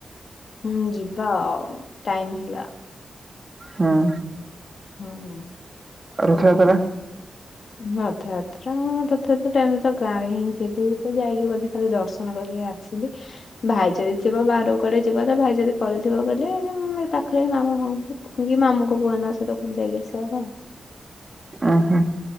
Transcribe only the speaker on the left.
ହୁଁ ଯିବା ଆଉ ଟାଇମ ଥିଲା।
ହୁଁ।
ରଥଯାତ୍ରା, ରଥଯାତ୍ରା ଟାଇମ୍ ରେ ତ ଗାଁ ରେ ହିଁ ଥିବି। ତ ଯାଇକି ବୋଧେ ଖାଲି ଦର୍ଶନ କରିକି ଆ ଥିଲି। ଭାଇ ଯଦି ଥିବ ବାହାରକୁ କୁଆଡେ ଯିବ ତ ଭାଇ ଯଦି ପଳେଇଥିବ ବୋଲେ ଏ ପାଖରେ ମାମୁଁ ଘରକୁ। କି ମାମୁଁ ଙ୍କ ପୁଅ ନା କୁଆଡେ ଯାଇକି ଆସିବା କଥା।